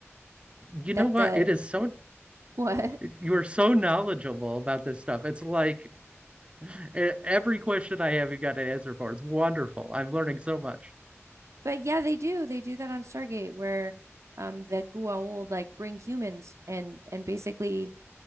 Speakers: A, on the right; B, on the right.
A: you
B: that
A: know what?
B: the
A: It is so,
B: <laughs> what
A: you are so knowledgeable about this stuff. It's like e- every question I have, you got an answer for. It's wonderful. I'm learning so much.
B: But yeah, they do. They do that on Stargate where um the Goa'uld like bring humans and and basically